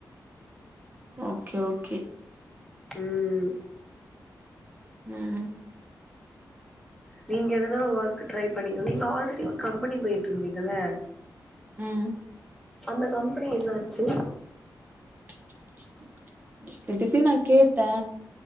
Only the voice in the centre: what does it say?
ம்
நீங்க எதனா ஒர்க்கு ட்ரை பண்னிங்க நீங்க ஆல்ரெடி ஒரு கம்பெனி போயிட்டு இருந்தீங்கல்ல
அந்த கம்பெனி என்னாச்சி